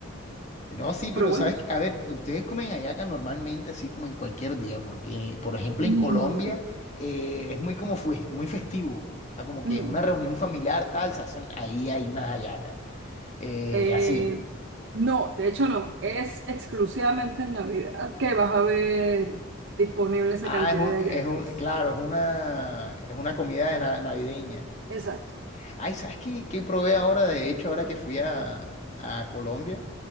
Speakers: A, on the left; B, on the right.
A: No, sí, pero
B: Pero bueno.
A: sabes,
B: sí.
A: a ver, ustedes comen hallaca normalmente así como en cualquier día, porque por ejemplo
B: Mm,
A: en Colombia eh, es muy como fue, muy festivo, ah, como que
B: mm.
A: una reunión familiar tal, se hacen, ahí hay unas hallacas, eh,
B: Eh,
A: y así.
B: no, de hecho no, es exclusivamente en Navidad que vas a ver disponible esa
A: Ah,
B: cantidad
A: es un,
B: de
A: es
B: hallacas.
A: un, claro, es una, es una comida de na- navideña.
B: Exacto.
A: Ay, ¿sabes qué, qué probé ahora? De hecho, ahora que fui a, a Colombia,